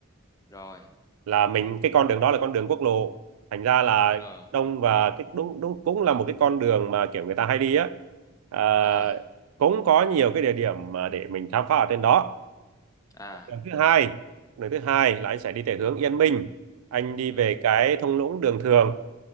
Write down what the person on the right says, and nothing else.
là mình cái con đường đó là con đường quốc lộ thành ra là
đông và cái đúng đúng cũng là một cái con đường mà kiểu người ta hay đi á à,
cũng có nhiều cái địa điểm mà để mình khám phá ở trên đó
đường thứ hai đường thứ hai là anh sẽ đi về hướng Yên Minh anh đi
về cái thung lũng Đường Thường